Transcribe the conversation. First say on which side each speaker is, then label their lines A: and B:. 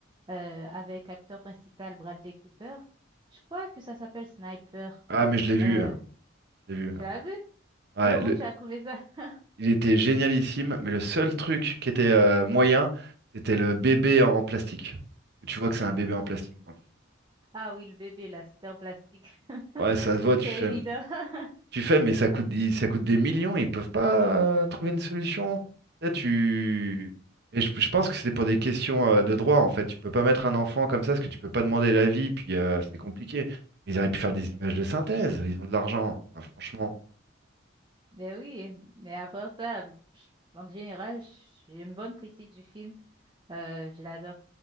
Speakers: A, on the right (about 20°); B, on the right (about 50°).
A: euh, avec acteur principal Bradley Cooper. Je crois que ça s'appelle Sniper.
B: Ah, mais je l'ai vu.
A: Euh,
B: euh, Je l'ai vu. euh.
A: tu l'as vu?
B: Ouais,
A: Euh, comment
B: le-
A: tu as trouvé ça? <laughs>
B: Il était génialissime, mais le seul truc qui était euh, moyen, c'était le bébé en plastique. Tu vois que c'est un bébé en plastique dans le
A: Ah oui, le bébé là, c'était en plastique. <laughs>
B: film. Ouais, ça se voit, tu
A: C'était
B: fais.
A: évident. <laughs>
B: Tu fais, mais ça coûte, il- ça coûte des millions, ils peuvent pas euh, trouver une solution. Là, tu... Et je, je pense que c'était pour des questions euh, de droit, en fait. Tu peux pas mettre un enfant comme ça, parce que tu peux pas demander l'avis, puis euh, c'est compliqué. Mais ils auraient pu faire des images de synthèse, ils ont de l'argent. Enfin, franchement.
A: Mais oui, mais après ça, je- en général, j'ai une bonne critique du film. Euh, je l'adore.